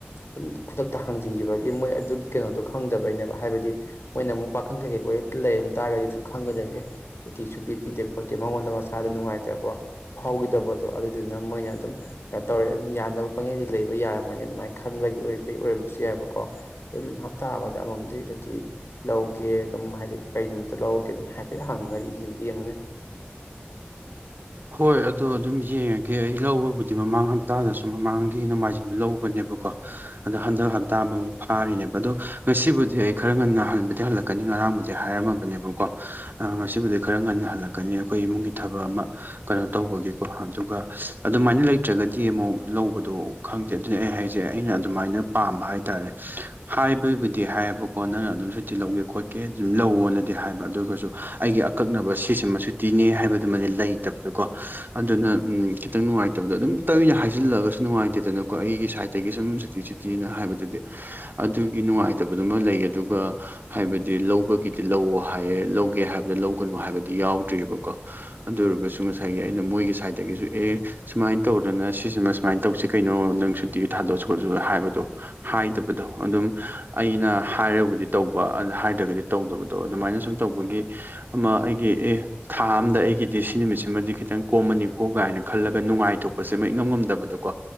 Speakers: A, on the left; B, on the right.
A: ꯑꯗꯨꯝ ꯈꯨꯗꯛꯇ ꯍꯥꯡꯖꯤꯟꯈꯤꯕꯒꯤ ꯃꯣꯏ ꯑꯗꯨꯒꯤ ꯀꯩꯅꯣꯗꯣ ꯈꯪꯗꯕꯩꯅꯦꯕ ꯍꯥꯏꯕꯗꯤ ꯃꯣꯏꯅ ꯑꯃꯨꯛ ꯄꯥꯈꯪ ꯀꯩꯀꯩ ꯑꯣꯠꯇ ꯂꯩꯔꯝ ꯇꯥꯔꯒꯗꯤ ꯑꯗꯨ ꯈꯪꯒꯗꯃꯦ ꯑꯦ <unintelligible> ꯁꯨꯡꯄꯤ ꯄꯤꯗꯦ ꯈꯣꯠꯇꯦ ꯃꯉꯣꯟꯗ ꯃꯆꯥ ꯏꯁꯥꯗ ꯅꯨꯡꯉꯥꯏꯇꯕ ꯐꯥꯎꯒꯤꯗꯕꯗꯣ ꯑꯗꯨꯗꯨꯅ ꯃꯣꯏꯅ ꯑꯗꯨꯝ ꯀꯩꯅꯣ ꯇꯧꯔꯦ ꯑꯗꯨꯅ ꯌꯥꯅꯕ ꯄꯥꯡꯉꯩꯗꯤ ꯂꯩꯕ ꯌꯥꯔꯝꯒꯅꯤ ꯑꯗꯨꯃꯥꯏꯅ ꯈꯟꯕꯒꯤ ꯑꯣꯏꯕ ꯑꯣꯏꯔꯝꯕꯁꯨ ꯌꯥꯏꯑꯕꯀꯣ ꯑꯗꯨꯝ ꯍꯞꯇꯥ ꯑꯃ ꯑꯃꯃꯝꯗꯤ ꯍꯧꯨꯛꯇꯤ ꯂꯧꯒꯦ ꯑꯗꯨꯝ ꯍꯥꯏꯗꯤ ꯀꯔꯤ ꯅꯨꯃꯤꯠꯇ ꯂꯧꯔꯒꯦ ꯑꯗꯨꯝ ꯍꯥꯏꯐꯦꯠ ꯍꯪꯉꯗꯤ ꯌꯦꯡꯗꯤ ꯌꯦꯡꯉꯨꯅꯦ <unintelligible>
B: ꯍꯣꯏ ꯑꯗꯣ ꯑꯗꯨꯝ ꯌꯦꯡꯉꯒꯦ ꯑꯩ ꯂꯧꯕꯕꯨꯗꯤ ꯃꯃꯥꯡ ꯍꯞꯇꯥꯗꯁꯨ ꯃꯃꯥꯡꯒꯤ ꯅꯣꯡꯃꯥꯏꯖꯤꯡꯁꯨ ꯂꯧꯕꯅꯦꯕꯀꯣ ꯑꯗꯣ ꯍꯟꯗꯛ ꯍꯞꯇꯥ ꯑꯃꯃꯨꯛ ꯐꯥꯔꯤꯅꯦꯕ ꯑꯗꯣ ꯉꯁꯤꯕꯨꯗꯤ ꯑꯩ ꯈꯔ ꯉꯟꯅ ꯍꯟꯕꯨꯗꯤ ꯍꯜꯂꯛꯀꯦ ꯀꯅꯤ ꯉꯔꯥꯡꯕꯨꯗꯤ ꯍꯥꯏꯔꯝꯃꯕꯅꯦꯕꯀꯣ ꯉꯥꯁꯤꯕꯨꯗꯤ ꯈꯔ ꯉꯟꯅ ꯍꯜꯂꯛꯀꯅꯤ ꯑꯩꯈꯣꯏ ꯏꯃꯨꯡꯒꯤ ꯊꯕꯛ ꯑꯃ ꯀꯩꯅꯣ ꯇꯧꯕꯒꯤꯀꯣ ꯑꯗꯨꯒ ꯑꯗꯨꯃꯥꯏꯅ ꯂꯩꯇ꯭ꯔꯒꯗꯤ ꯑꯃꯨꯛ ꯂꯧꯕꯗꯣ ꯈꯪꯗꯦ ꯑꯗꯨꯅꯦ ꯑꯩꯅ ꯍꯥꯏꯖꯦ ꯑꯩꯅ ꯑꯗꯨꯃꯥꯏꯅ ꯄꯥꯝꯕ ꯍꯥꯏꯇꯥꯔꯦ ꯍꯥꯏꯕꯕꯨꯗꯤ ꯍꯥꯏꯌꯦꯕꯀꯣ ꯅꯪꯅ ꯑꯗꯨꯝ ꯁꯨꯇꯤ ꯂꯧꯒꯦ ꯈꯣꯠꯀꯦ ꯑꯗꯨꯝ ꯂꯧꯋꯣꯅꯗꯤ ꯍꯥꯏꯕ ꯑꯗꯨꯒꯁꯨ ꯑꯩꯒꯤ ꯀꯛꯅꯕ ꯁꯤꯁꯦ ꯃꯁꯨꯨꯇꯤꯅꯦ ꯍꯥꯏꯕꯗꯨꯃꯗꯤ ꯂꯩꯇꯕꯗꯀꯣ ꯑꯗꯨꯅ ꯎ ꯈꯤꯇꯪ ꯅꯨꯡꯉꯥꯏꯇꯕꯗꯣ ꯑꯗꯨꯝ ꯇꯣꯏꯅ ꯍꯥꯏꯖꯤꯜꯂꯛꯑꯒꯁꯨ ꯅꯨꯡꯉꯥꯏꯇꯦꯗꯅꯀꯣ ꯑꯩꯒꯤ ꯁꯥꯏꯠꯇꯒꯤ ꯁꯨꯝ ꯁꯤꯤ ꯇꯤꯅ ꯍꯥꯏꯕꯗꯨꯗꯤ ꯑꯗꯨꯒꯤ ꯅꯨꯡꯉꯥꯏꯇꯕꯗꯨꯃ ꯂꯩ ꯑꯗꯨꯒ ꯍꯥꯏꯕꯗꯤ ꯂꯧꯕꯒꯤꯗꯤ ꯂꯧꯑꯣ ꯍꯥꯏꯌꯦ ꯂꯧꯒꯦ ꯍꯥꯏꯕꯗ ꯂꯧꯒꯅꯨ ꯍꯥꯏꯕꯗꯤ ꯌꯥꯎꯗ꯭ꯔꯤꯑꯕꯀꯣ ꯑꯗꯨ ꯑꯣꯏꯔꯒꯁꯨ ꯉꯁꯥꯏꯒꯤ ꯑꯩꯅ ꯃꯣꯏꯒꯤ ꯁꯥꯏꯗꯠꯇꯒꯤꯁꯨ ꯑꯦ ꯁꯨꯃꯥꯏꯅ ꯇꯧꯗꯅ ꯁꯤꯁꯤꯃ ꯁꯨꯃꯥꯏꯅ ꯇꯧꯁꯤ ꯀꯩꯅꯣ ꯅꯪ ꯁꯨꯇꯤꯒꯤ ꯊꯥꯗꯣꯛꯑꯁꯨ ꯈꯣꯠꯁꯨ ꯍꯥꯏꯕꯗꯣ ꯍꯥꯏꯗꯕꯗꯣ ꯑꯗꯨꯝ ꯑꯩꯅ ꯍꯥꯏꯔꯕꯨꯗꯤ ꯇꯧꯕ ꯑꯗꯨ ꯍꯥꯏꯗ꯭ꯔꯒꯗꯤ ꯇꯧꯗꯕꯗꯣ ꯑꯗꯨꯃꯥꯏꯅ ꯁꯨꯝ ꯇꯧꯕꯒꯤ ꯑꯃ ꯑꯩꯒꯤ ꯑꯦ ꯊꯥ ꯑꯝꯗ ꯑꯩꯒꯤꯗꯤ ꯁꯤ ꯅꯨꯃꯤꯠꯁꯤꯃꯗꯤ ꯈꯤꯇꯪ ꯀꯣꯝꯃꯅꯤꯀꯣ ꯀꯥꯏꯅ ꯈꯜꯂꯒ ꯅꯨꯡꯉꯥꯏꯊꯣꯛꯄꯁꯦ ꯃ ꯏꯪꯉꯝ ꯉꯝꯗꯕꯗꯣꯀꯣ